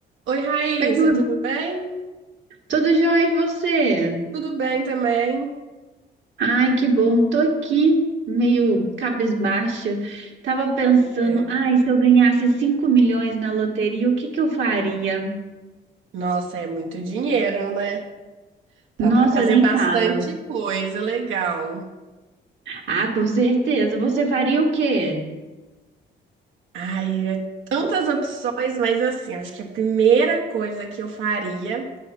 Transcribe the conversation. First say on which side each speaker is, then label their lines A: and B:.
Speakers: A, on the right (about 80°); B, on the right (about 65°).
A: Oi, Raíssa,
B: Oi, Dudu.
A: tudo bem?
B: Tudo jóia e você?
A: Tudo bem também.
B: Ai, que bom. Tô aqui meio cabisbaixa. Tava pensando,
A: Por quê?
B: ai, se eu ganhasse 5 milhões na loteria, o que que eu faria?
A: Nossa, é muito dinheiro, né? Dá
B: Nossa,
A: para fazer
B: nem
A: bastante
B: fala.
A: coisa legal.
B: Ah, com certeza. Você faria o quê?
A: Ai, é tantas opções, mas assim, acho que a primeira coisa que eu faria